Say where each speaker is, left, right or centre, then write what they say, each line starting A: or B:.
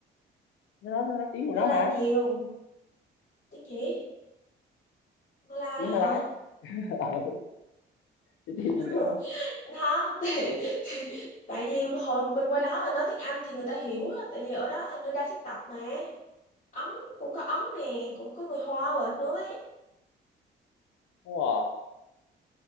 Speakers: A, on the left; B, on the left.
A: nó nói nó nói tiếng của
B: Mala
A: nó mà
B: nhiều tiếng chỉ Mala
A: tiếng
B: ấy
A: Malay
B: hả
A: <laughs> ờ chứ
B: <laughs>
A: gì nữa
B: không thì, thì, tại vì hồi mình qua đó mà nói tiếng Anh thì người ta hiểu á tại vì ở đó hình như đa sắc tộc mà Ấn cũng có Ấn nè cũng có người Hoa ở nữa ấy.
A: đúng rồi